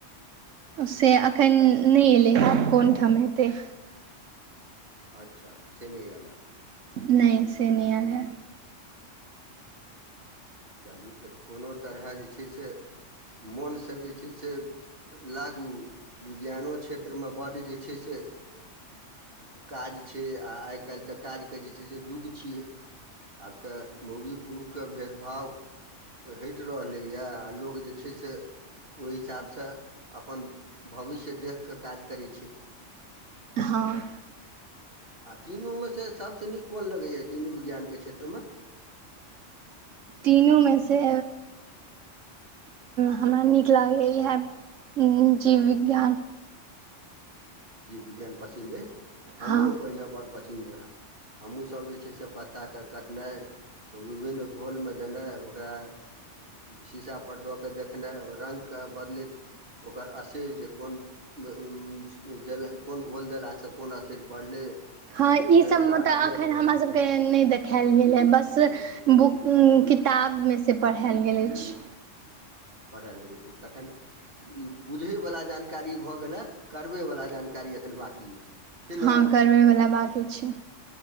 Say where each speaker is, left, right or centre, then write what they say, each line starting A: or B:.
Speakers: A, on the right; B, on the right.
A: से एखन नहि एलै हें आब कोन ठाम हेतै
B: अच्छा से नहि आयल
A: नहि से नहि आयल या
B: चलू तऽ तऽ कोनो तरहे जे छै से मोनसँ जे छै से लागू विज्ञानो क्षेत्रमे बड्ड जे छै से काज छै आ आइ काल्हि तऽ काजके जे छै से युग छियै आब तऽ मौगी पुरुख के भेद भाव हटि रहलैए आ लोक जे छै से ओहि हिसाबस अपन भविष्य देख कऽ काज करै छै
A: हाँ
B: आ तीनूमे से सभसँ नीक कोन लगैए तीनू विज्ञानके क्षेत्रमे
A: तीनूमेसँ हमरा नीक लागैए इहाए जीव विज्ञान
B: जीव विज्ञान पसिन्न अछि हमरो
A: हँ
B: पहिने बड़ पसिन्न रहाए हमहूँसभ जे छै से पत्ताके कटनाइ ओ विभिन्न घोलमे देनाय ओकरा शीशा पर दऽ कऽ देखनाइ रंग के बदलैत ओकर असैर जे कोन उ- उँ देल कोन घोल देलास से कोन असैर पड़लै
A: हाँ ई
B: फेर
A: सब
B: ओकरा
A: मतलब
B: हरियर
A: अखन
B: भऽ
A: हमरा
B: सकै
A: सबके
B: छै
A: नहि देखायल गेल ह बस बुक किताबमेसे पढ़ायल गेल अछि
B: पढ़ायल गेलै तखन ई बुझे वाला जानकारी भए गेले करबे वाला जानकारी एखन बांकी अछि छै
A: हाँ
B: ने
A: करबै बला बांकी छै